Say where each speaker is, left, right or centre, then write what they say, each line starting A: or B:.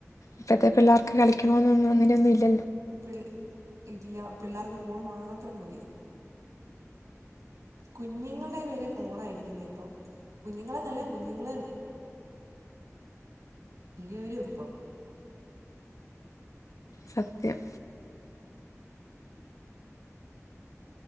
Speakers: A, on the left (about 80°); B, on the right (about 80°).
A: ഇപ്പത്തെ പിള്ളേർക്ക് കളിക്കണമെന്നൊന്നും അനെയൊന്നും ഇല്ലോ
B: പി ഇല്ല പിള്ളേർക്ക് ഫോണ് മാത്രം മതി കുഞ്ഞുങ്ങളുടെ പേരെ ഫോണായിരിക്കുന്ന ഇപ്പൊ കുഞ്ഞുങ്ങളെ നല്ല കുഞ്ഞുങ്ങളെ വലിയൊരു ഇപ്പം
A: സത്യം